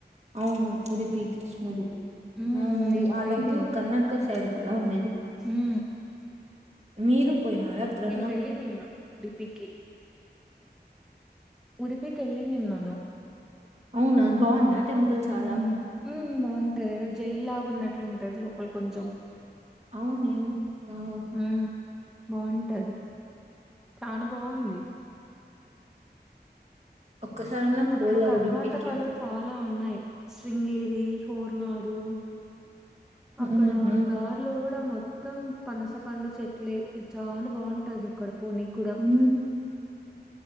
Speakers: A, on the right (about 40°); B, in the centre.
A: అవును ఉడిపి కృష్ణుడు
B: హ్మ్.
A: ఆ అది
B: నేను పోయింది
A: ఆ టెంపుల్ కర్ణాటక సైడ్ కదా ఉండేది
B: ఊ
A: మీరు పోయినారా ఎప్పుడన్న
B: వెళ్ళింది నిన్న ఉడిపికి. ఉడిపి కి వెళ్లినినాను
A: అవునా బాగుందా టెంపుల్ చాలా
B: హ్మ బాగుంటది ఏదో జైలులాగాన్నట్లుంటది లోపల కొంచెం
A: అవునే బవ్
B: హ్మ్. బాగుంటది చానా బాగుంది
A: ఆ ఒక్కసారన్నా
B: అక్కడ
A: పోలా
B: కర్ణాటక
A: ఉడిపికి
B: లో చాలా ఉన్నాయి. శృంగేరి, హోర్నాడు. అక్కడ
A: ఉమ్మ్,
B: దార్ లో కూడా మొత్ మొత్తం పనసపండు చెట్లే ఇది చాలా బాగుంటది అక్కడ పోనీకి కూడా
A: హ్